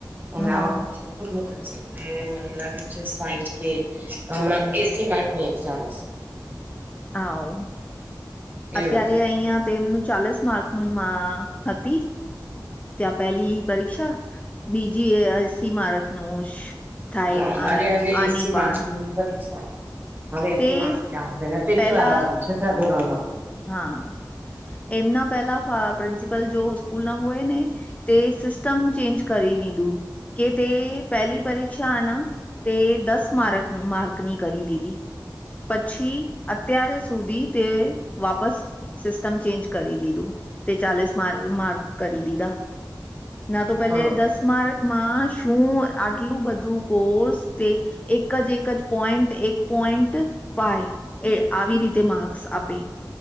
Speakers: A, on the right (about 25°); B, on the left (about 20°).
A: અને
B: હમ
A: આ વખતે છઠુ ધોરણ છે એટલે મને લાગે છે સાઈઠ કે હમણાં એસી માર્ક્સ ની એક્ઝામ હશે
B: હા
A: એવું
B: અત્યારે અહિયાં તેમનું ચાલીસ માર્ક ની માં હતી ત્યાં પેલી પરીક્ષા બીજી અશી માર્ષનું થાય
A: હા મારે
B: આની
A: હવે
B: આની
A: એસી
B: પણ
A: માર્ક્સની પરીક્ષા હવે એસી
B: તે
A: માર્ક્સ ની આવશે અને પેલી
B: પેલા
A: વાર આવશે છઠ્ઠા ધોરણમાં
B: હા એમના પેલા પ્રિન્સિપલ જો સ્કૂલ ના હોય ને તે સિસ્ટમ ચેન્જ કરી લીધું કે તે પેલી પરીક્ષાના તે દસ માારક માર્ક્સ ની કરી દીદી પછી અત્ય્યારે સુધી તે વાપસ સિસ્ટમ ચેન્જ કરી દીધું તે ચાલીસ મા માર્ક કરી દીધા ના તો પેલે
A: હા
B: દસ માર્કમાં શું આટલું બધું કોર્સ તે એક જ એક જ પોઈન્ટ એક પોઈન્ટ ફાઈ એ આવી રીતે માર્ક્સ આપે